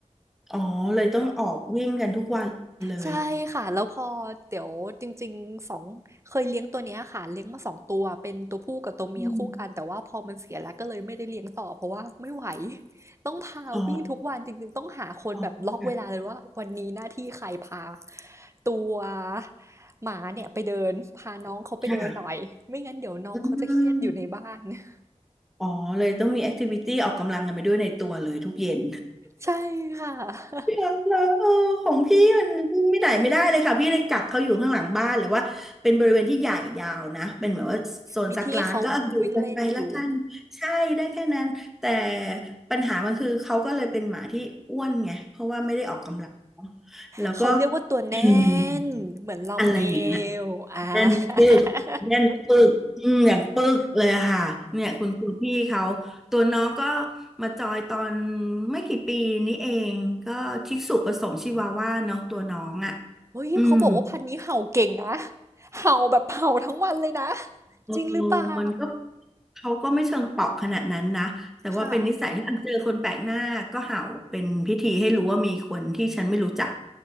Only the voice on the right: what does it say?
ใช่ค่ะแล้วพอเดี๋ยวจริงๆสองเคยเลี้ยงตัวเนี้ยค่ะเลี้ยงมาสองตัวเป็นตัวผู้กับตัวเมียคู่กันแต่ว่าพอมันเสียแล้วก็เลยไม่ได้เลี้ยงต่อเพราะว่าไม่ไหว
ต้องพาวิ่งทุกวันจริงๆต้องหาคนแบบล็อกเวลาเลยว่าวันนี้หน้าที่ใครพา
ตัวหมาเนี่ยไปเดินพาน้องเขาไปเดินหน่อยไม่งั้นเดี๋ยวน้องเขาจะเครียดอยู่ในบ้าน
<laughs>
ใช่ค่ะ
มีที่เขาวิ่งเล่นอยู่
เขาเรียกว่าตัวแน่
นเหมือนลอมเม
ลอ่า
<laughs>
เฮ้ยเขาบอกว่าพันธุ์นี้เห่าเก่งนะ
เห่าแบบเห่าทั้งวันเลยนะ
จริงหรือเปล่า
ค่ะ